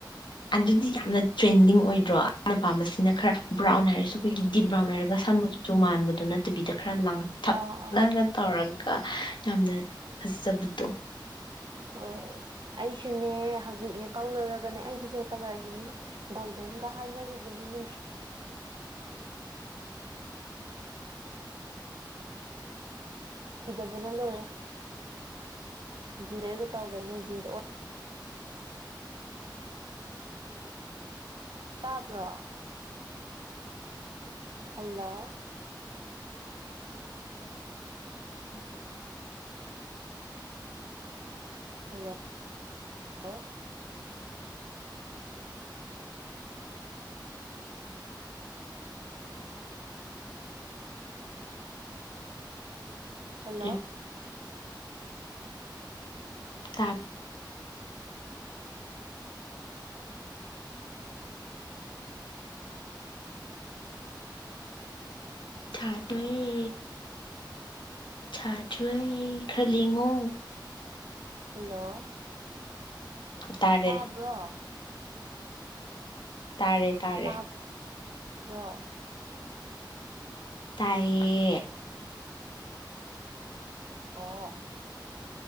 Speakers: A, on the left (about 80°); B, on the right (about 75°).
A: ꯑꯗꯨꯗꯤ ꯌꯥꯝꯅ ꯇ꯭ꯔꯦꯟꯗꯤꯡ ꯑꯣꯏꯗ꯭ꯔꯣ ꯑꯩꯅ ꯄꯥꯝꯕꯁꯤꯅ ꯈꯔ ꯕ꯭ꯔꯥꯎꯟ ꯍꯥꯏꯔꯁꯨ ꯑꯩꯈꯣꯏꯒꯤ
B: ꯎꯝ
A: ꯗꯤꯞ ꯕ꯭ꯔꯥꯎꯟ ꯍꯥꯏꯔꯒ ꯁꯝꯃꯆꯨ ꯃꯥꯟꯕꯗꯨ ꯅꯠꯇꯕꯤꯗ ꯈꯔ ꯂꯥꯡꯊꯛꯅꯒ
B: ꯑꯥ ꯑꯥ
A: ꯇꯧꯔꯒ ꯌꯥꯝꯅ ꯐꯖꯕꯗꯣ
B: ꯍꯣꯏ ꯑꯩꯁꯨꯅꯦ ꯍꯧꯖꯤꯛꯅꯦ ꯇꯧꯔꯨꯔꯒꯅꯦ ꯑꯩꯒꯤ ꯍꯤꯌꯔ ꯀꯂꯔꯁꯦ ꯃꯤꯅ ꯒꯣꯜꯗꯟ ꯀ ꯍꯥꯏꯅꯔꯤꯕꯅꯤ ꯅꯨꯡꯁꯤ ꯁꯤꯗꯕꯅ ꯂꯣꯏꯔꯦ ꯖꯤꯟꯗꯔꯒ ꯇꯧꯔꯅꯤ ꯖꯤꯟꯁ ꯑꯣꯟ ꯇꯥꯕ꯭ꯔꯣ ꯍꯜꯂꯣ ꯍꯝ ꯍꯜꯂꯣ ꯍꯂꯣ ꯍꯜꯂꯣ
A: ꯑꯩ ꯇꯥꯞ ꯊ ꯗ꯭ꯌꯦ ꯊ ꯗ꯭ꯌꯦ ꯈꯔ ꯂꯦꯡꯉꯣ
B: ꯍꯜꯂꯣ
A: ꯇꯥꯔꯦ
B: ꯇꯥꯕ꯭ꯔꯣ
A: ꯇꯥꯔꯦ ꯇꯥꯔꯦ
B: ꯇꯥ ꯕ꯭ꯔꯣ
A: ꯇꯥꯏꯌꯦ
B: ꯑꯣ